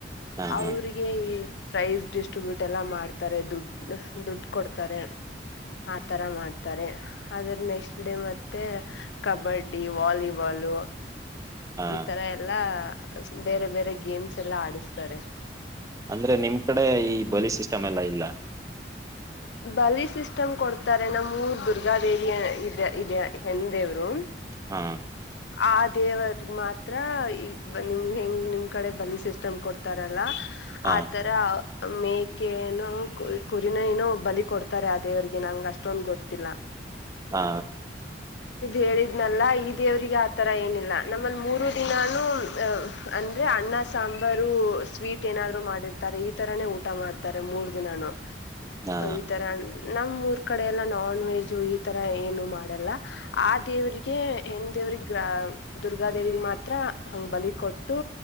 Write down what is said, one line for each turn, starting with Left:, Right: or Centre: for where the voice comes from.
Right: ಹಾ
Left: ಅವ್ರಿಗೆ
Right: ಹಾ
Left: ಪ್ರೈಸ್ ಡಿಸ್ಟ್ರಿಬ್ಯೂಟ್ ಎಲ್ಲ ಮಾಡ್ತಾರೆ ದುಡ್ಡು ದುಡ್ಡು ಕೊಡ್ತಾರೆ ಆತರ ಮಾಡ್ತಾರೆ ಅದ್ರ ನೆಕ್ಸ್ಟ್ ಡೇ ಮತ್ತೆ ಕಬಡ್ಡಿ ವಾಲಿಬಾಲು
Right: ಹಾ
Left: ಈ ತರ ಎಲ್ಲಾ ಬೇರೆ ಬೇರೆ ಗೇಮ್ಸ್ ಎಲ್ಲ ಆಡಸ್ತಾರೆ
Right: ಅಂದ್ರೆ ನಿಮ್ ಕಡೆ ಈ ಬಲಿ ಸಿಸ್ಟಮ್ ಎಲ್ಲ ಇಲ್ಲ
Left: ಬಲಿ ಸಿಸ್ಟಮ್ ಕೊಡ್ತಾರೆ ನಮ್ಮೂರ್ ದುರ್ಗಾದೇವಿ ಇದೆ ಹೆಣ್ಣು ದೇವರು
Right: ಹಾ
Left: ಆ ದೇವರ್ಗ್ ಮಾತ್ರ ಈ ನಿಮ್ ಹೆಂಗ್ ನಿಮ್ ಕಡೆ ಬಲಿ ಸಿಸ್ಟಮ್ ಕೊಡ್ತಾರಲ್ಲ
Right: ಹಾ
Left: ಆತರ ಮೇಕೆನೋ ಕುರಿನ ಏನೋ ಬಲಿ ಕೊಡ್ತಾರೆ ಅದೇವ್ರಿಗೆ ನಂಗೆ ಅಷ್ಟೊಂದು ಗೊತ್ತಿಲ್ಲ
Right: ಹಾ
Left: ಹೇಳಿದ್ನಲ್ಲಾ ಈ ದೇವ್ರಿಗೆ ಆತರ ಏನಿಲ್ಲ ನಮ್ಮಲ್ಲಿ ಮೂರು ದಿನಾನೂ ಅ ಅಂದ್ರೆ ಅಣ್ಣ ಸಾಂಬಾರು ಸ್ವೀಟ್ ಏನಾದ್ರು ಮಾಡಿರ್ತಾರೆ ಈ ತರಾನೇ ಊಟ ಮಾಡ್ತಾರೆ ಮೂರ್ ದಿನಾನು
Right: ಹಾ
Left: ಈ ತರ ನಮ್ಮ್ೂಊರ್ ಕಡೆ ಎಲ್ಲ ನಾನ್ ವೆಜು ಇತ್ತು ತರ ಏನು ಮಾಡಲ್ಲ ಆ ದೇವ್ರಿಗೆ ಹೆಣ ದೇವ್ರಗ್ ದುರ್ಗಾದೇವಿಗೆ ಮಾತ್ರ ಹಂಗ ಬಲಿ ಕೊಟ್ಟು